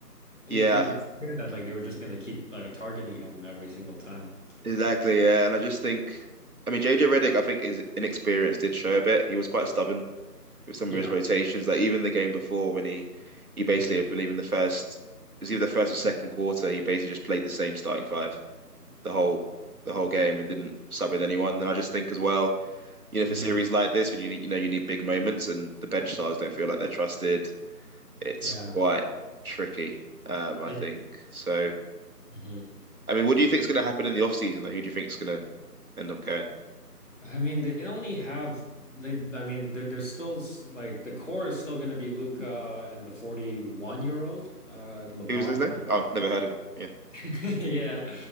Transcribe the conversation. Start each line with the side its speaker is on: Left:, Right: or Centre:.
Left: It,
Right: yeah,
Left: it's clear that like they were just gonna keep like targeting him every single time. It's clear.
Right: exactly. Yeah, and I just think. I mean, JJ Redick, I think his inexperience did show a bit. He was quite stubborn with some
Left: Yeah.
Right: of his rotations. Like even the game before when he he basically,
Left: hmm
Right: I believe in the first it was either the first or second quarter, he basically just played the same starting five the whole the whole game and didn't sub in anyone. And I just think as well, you know,
Left: hmm
Right: for series like this when you need you know you need big moments and the bench stars don't feel like they're trusted, it's
Left: Yeah.
Right: quite tricky, um, I
Left: It.
Right: think. So
Left: hmm
Right: I mean, what do you think is going to happen in the off season? Like, who do you think is going to end up going?
Left: I mean, they only have they. I mean, they're they're still s- like the core is still gonna be Luca and the 41 year old uh LeBron.
Right: Who was his name?
Left: I
Right: Oh, never heard of him. Yeah.
Left: <laughs> Yeah.